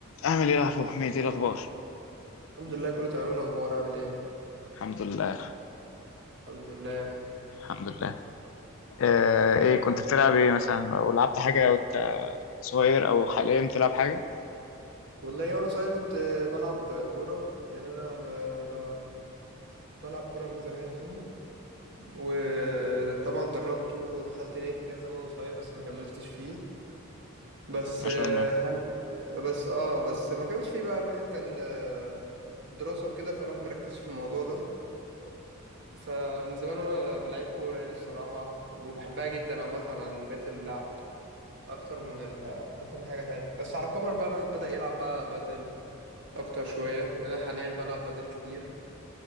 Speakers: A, on the left; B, on the right.
A: أعمل إيه يا أبو حميد؟ إيه الأخبار؟
B: الحمد لله كله تمام إيه الاخبار عامل ايه
A: الحمد لله
B: الحمد لله
A: الحمد لله آه إيه كنت بتلعب إيه مثلا أو لعبت حاجة وأنت صغير أو حاليا بتلعب حاجة؟
B: والله وانا صغير كنت بلعب كوره يعني انا ما ب... بلعب كوره من زمان يعني وطبعا دربت ودخلت نادي كده زمان وانا صغير بس ما كملتش فيه بس
A: ما
B: آه،
A: شاء الله
B: حل بس اه بس ما كملتش فيه بقى الواحد كان آه، الدراسه وكده فالواحد مركزش في الموضوع ده فمن زمان وانا بلعب كوره يعني الصراحه وبحبها جدا عامه عن بقيه اللعب اكتر من ال اكتر من حاجه تانية بس على كبر بقى الواحد بدأ يلعب بقى بدل اكتر شويه يعني انا حاليا بلعب بدل كتير